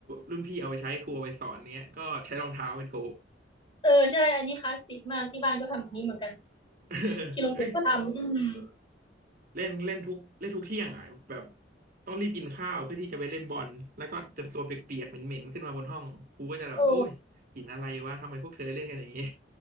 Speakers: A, on the right (about 55°); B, on the left (about 30°).
A: รุ่นพี่เอาไปใช้ครูเอาไปสอนเนี้ยก็ใช้รองเท้าเป็นโก
B: เออใช่อันนี้คลาสสิกมากที่บ้านก็ทำแบบนี้เหมือนกัน
A: <laughs>
B: ที่โรงเรียนก็ทำอืม
A: เอ้ย เล่นเล่นทุกเล่นทุกเที่ยงอ่ะแบบต้องรีบกินข้าวเพื่อที่จะไปเล่นบอลแล้วก็จะตัวเปียกๆเหม็นๆขึ้นมาบนห้องครูก็จะแบบโอ้ยกินอะไรวะทำไมพวกเธอเล่นกันอย่างนี้
B: โอ้